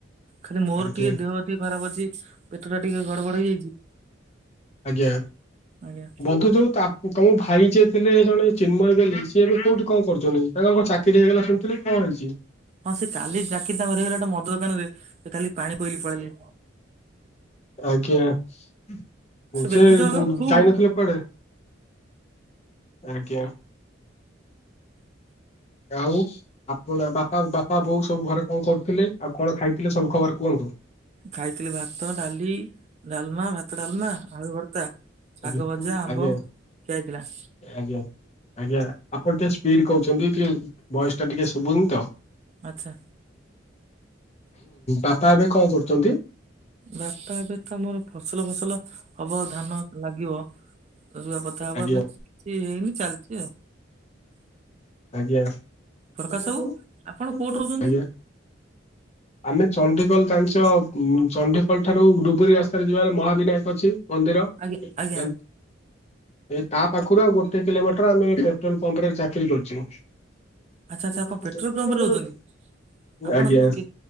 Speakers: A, on the right; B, on the left.
A: ଖାଲି ମୋର
B: ଆଜ୍ଞା।
A: ଟିକେ ଦେହ ଟିକେ ଖରାପ ଅଛି। ପେଟଟା ଟିକେ ଗଡ଼ବଡ଼ ହେଇଯାଇଚି।
B: ଆଜ୍ଞା।
A: ଆଜ୍ଞା।
B: ବନ୍ଧୁ ଯୋଉ ତାମ ତମ ଭାଇ ଯିଏ ଥିଲେ ଜଣେ ଚିନ୍ମୟ ବେଲି ସିଏ ଏବେ କୋଉଠି। କଣ କରୁଛନ୍ତି ତାଙ୍କର ଚାକିରି ହେଇଗଲା ସୁଣିଥିଲି କଣ ହେଇଛି।
A: ହଁ ସେ କାଲି ଚାକିରି ତାଙ୍କ <unintelligible> ହେଇଗଲା ମଦ ଦୋକାନ ରେ ସେ କାଲି ପାଣି କୋଇଲି ପଳେଲେଣି।
B: ଆଜ୍ଞା <unintelligible>
A: ସେ ବ୍ୟକ୍ତି ଜଣକ ଖୁବ୍
B: ଯାଇନଥିଲା କୁଆଡେ। ଆଜ୍ଞା। ଆଉ ଆପ ବାପା ବାପା ବୋଉ ସବୁ ଘରେ କଣ କରୁଥିଲେ ଆଉ କଣ ଖାଇଥିଲେ ସବୁ ଖବର କୁହନ୍ତୁ।
A: ଖାଇଥିଲି ଭାତ ଡାଲି ଡାଲମା ଭାତ ଡାଲମା ଆଳୁ ଭର୍ତ୍ତା ଶାଗ
B: ଆଜ୍ଞା।
A: ଭଜା ଆମ୍ବ
B: ଆଜ୍ଞା
A: ଖିଆ ହେଇଥିଲା।
B: ଆଜ୍ଞା ଆଜ୍ଞା ଆପଣ ଟିକେ ସ୍ପିଡ କହୁଛନ୍ତି କି ଭଏସ ଟା ଟିକେ ଶୁଭୁନି ତ
A: ଆଚ୍ଛା।
B: ବାପା ଏବେ କଣ କରୁଛନ୍ତି।
A: ବାପା ଏବେ ତ ଆମର ଫସଲ ଫସଲ ହବ ଧାନ ଲାଗିବ ରୁଆପତା ହବ
B: ଆଜ୍ଞା
A: ଏବେ କିଛି ହେଇନି ଚାଲିଛି ଆଉ।
B: ଆଜ୍ଞା
A: ପ୍ରକାଶ
B: <inaudible>
A: ବାବୁ ଆପଣ କୋଉଠି ରହୁଛନ୍ତି?
B: ଆଜ୍ଞା। ଆମେ ଚଣ୍ଡିକଲ ଜାଣିଛ ଚଣ୍ଡିକଲ ଠାରୁ ଡୁବରି ରାସ୍ତାରେ ଯିବାରେ ମହାବିନାୟକ ଅଛି। ମନ୍ଦିର
A: ଆଜ୍ଞା
B: <unintelligible>
A: ଆଜ୍ଞା
B: ଏଇ ତା ପାଖରୁ ଆଉ ଗୋଟେ କିଲୋମିଟର ଆମେ ପେଟ୍ରୋଲ ପମ୍ପ ରେ ଚାକିରି କରିଚୁ।
A: ଆଚ୍ଛା ଆଚ୍ଛା
B: ସେ <inaudible> ପେଟ୍ରୋଲ
A: ଆପଣ ପମ୍ପରେ
B: ପମ୍ପ
A: ରହୁଛନ୍ତି
B: ରେ ରୋହୁଚନ୍ତି।
A: ଆପଣ
B: ଆଜ୍ଞା।
A: କେ